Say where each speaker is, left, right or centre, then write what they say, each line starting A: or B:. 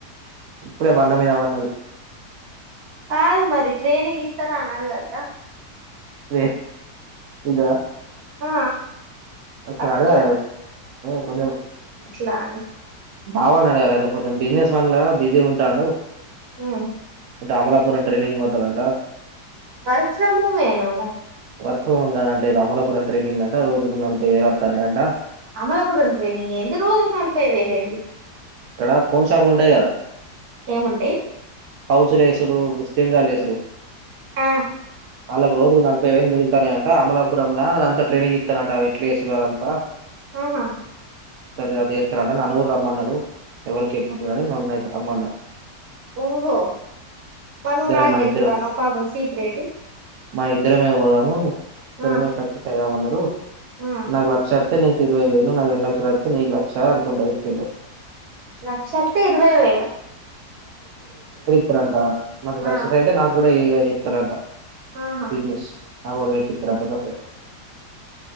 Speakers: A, on the right; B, on the right.
A: ఇప్పుడే బండమదమన్నది
B: కాదు మరి ట్రైనింగ్ ఇస్తాను అని అడుగద్దా
A: అే ఇదా
B: ఆ
A: అఖెరాడ
B: అట్లా
A: ఆ కొ
B: లానే
A: బావ అడగాలి అను కొంచెం బిజినెస్ మన్లా బిజీ ఉంటా ట్టానుో
B: ఆ
A: అమలాపురం ట్రైనింగ్ పోతందింట
B: వర్క్ ఫ్రమ్ హోమ్ ఏనేమో
A: వర్క్ ఫోమ్ కదంట ఇది అమలాపురం ట్రైనింగ్ అంట రోుకు నలభై వేలు వస్తానే అంటా
B: అమలాపురంంట ఎంత రోజకినాాల పోయవలే
A: ఇక్కడ ఫోన్ షాపులు ఉంటాయి కదా
B: ఏముంటాయి
A: పౌచలేసుడు టెంగాళసరు
B: ఆ
A: వాళ్ళకి రోజులు నలభై వేలు మిగుతానే అంట అమలాపురంలో అదంతా ట్రైనింగ్ ఇస్తానంట ఎట్లాేదంతా
B: ఆహా
A: సరే అదే న బహమన్నాడు ఎవరికి చెప్ప కాని నన్నయి అమ్మన్నారు
B: ఓహో మరి నువ్వు నాకు
A: మన
B: చెప్తానవ్
A: ఇద్దరం
B: పాపం సీక్రెటు
A: మన ఇద్దరమే పోదాము ఇద్దరమే
B: ఆ
A: సక్సెస్ అయిదామ అన్నారు
B: ఆ
A: నాకు లక్ష నీ ఇవై వేను నాకు రెండు లస్తతే నీ లక్ష అకుంటాయి ప
B: లక్షత్ ఇరువై వేల
A: పంట మక్ష
B: ఆ
A: అయితే నాగు ఇప్పు చెప్తానంట
B: ఆహా
A: బజినస్ ఆ వొళ్ళు ఇప్పిత్తర అక్క సెపరేట్